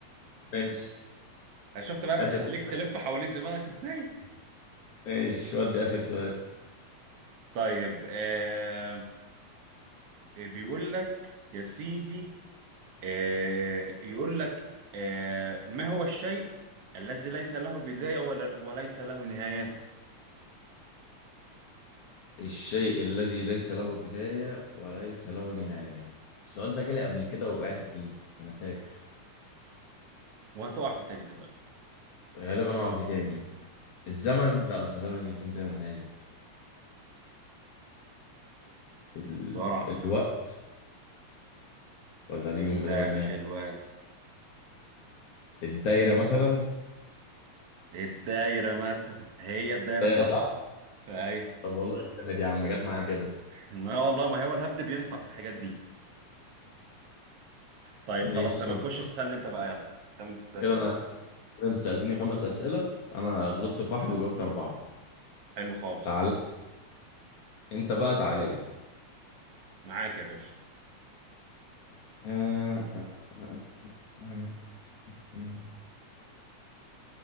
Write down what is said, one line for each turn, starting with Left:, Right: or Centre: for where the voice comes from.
Left: ماشي
Right: شفت بقى
Left: آخر
Right: بتخليك
Left: سؤال
Right: تلف حوالين دماغك ازاي
Left: ماشي ودي آخر سؤال
Right: طيب آه آه، بيقول لك يا سيدي آه يقول لك آه ما هو الشيء الذي ليس له بداية ولا وليس له نهاية
Left: الشيء الذي ليس له بداية وليس له نهاية السؤال ده جالي قبل كده ووقعت فيه أنا فاكر
Right: وهتقع في التاني دلوقتي
Left: غالبا هقع فيه تاني الزمن لا بس الزمن ليه بداية ونهاية ال...
Right: بسرعة
Left: الوقت ولا ليهم
Right: لا
Left: بداية ونهاية
Right: مش الواد
Left: الدايرة مثلا
Right: الدايرة مثلا هي الدايرة
Left: دايرة
Right: صح
Left: صح صح
Right: ايوه
Left: طب والله جامد يا عم جت معايا كده
Right: ما هو والله ما هو الهبد بينفع في الحاجات دي طيب
Left: ماشي
Right: خلاص تمام
Left: طب
Right: خش اسألني انت بقى يلا خمس اسئلة
Left: كده
Right: زي
Left: انا
Right: الفل.
Left: كده انت سألتني خمس أسئلة انا غلطت في واحد وجاوبت أربعة
Right: حلو خالص
Left: تعال انت بقى تعالى لي
Right: معاك يا باشا
Left: آه، آه، آه، آه، آه. آه.